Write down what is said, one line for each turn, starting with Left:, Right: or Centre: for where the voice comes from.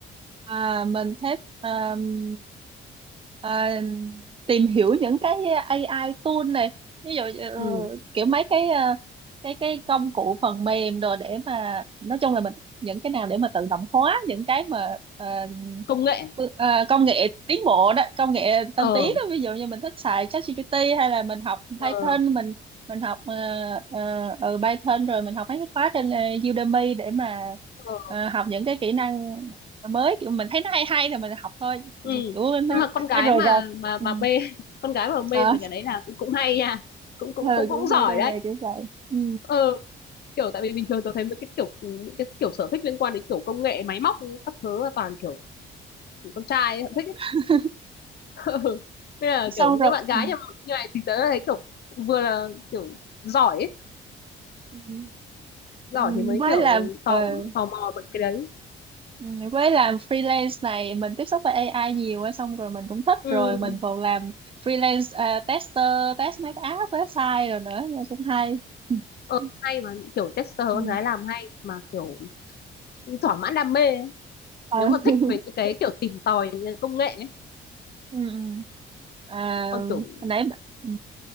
Right: À, mình thích um, à, tìm hiểu những cái AI tool này ví dụ
Left: ừ,
Right: ờ, kiểu mấy cái ờ, cái cái công cụ phần mềm đồ để mà nói chung là mình những cái nào để mà tự động hóa những cái mà ờ,
Left: công nghệ
Right: bước- ờ, công nghệ tiến bộ đó công nghệ tân
Left: ờ
Right: tiến đó ví dụ như mình thích xài ChatGPT hay là mình học
Left: ờ
Right: Python mình mình học ờ, ờ, ừ, Python rồi mình học mấy cái khóa trên ờ, Udemy để mà
Left: ờ
Right: ờ, học những cái kỹ năng rồi mới kiểu mình thấy nó hay hay thì mình học thôi
Left: ừ
Right: Ừ, kiểu nó
Left: nhưng mà con gái
Right: nó rời
Left: mà
Right: rạc
Left: mà
Right: ừ.
Left: mà mê <laughs> con gái mà mê
Right: À,
Left: về cái đấy là cũng cũng hay nha cũng cũng
Right: ừ,
Left: cũng cũng
Right: cũng
Left: giỏi
Right: mê công
Left: đấy
Right: nghệ kiểu vậy ừ.
Left: ừ kiểu tại vì bình thường tôi thấy mấy cái kiểu những cái kiểu sở thích liên quan đến kiểu công nghệ máy móc các thứ là toàn kiểu con trai ấy, họ thích ấy.
Right: <laughs>
Left: <laughs> Ừ. Thế là
Right: xong
Left: kiểu những
Right: rồi
Left: cái bạn gái
Right: ừ.
Left: như, như này thì tớ thấy kiểu vừa là kiểu giỏi ấy.
Right: Ừ.
Left: giỏi
Right: Ừ,
Left: thì mới
Right: với
Left: kiểu
Right: làm
Left: tò
Right: ờ,
Left: tò mò về cái đấy
Right: ừ, với làm freelance này mình tiếp xúc với AI nhiều á, xong rồi mình cũng thích
Left: ừ.
Right: rồi mình còn làm freelance ờ, tester test mấy cái app website rồi nữa nó cũng hay
Left: ừ
Right: ừ.
Left: hay mà kiểu tester con
Right: Ừ.
Left: gái làm hay mà kiểu thỏa mãn đam mê ấy.
Right: Ờ.
Left: nếu mà
Right: <laughs>
Left: thích về những cái kiểu tìm tòi những cái công nghệ
Right: Ừ. ừ. À,
Left: còn
Right: hồi
Left: kiểu
Right: nãy bạn- ừ.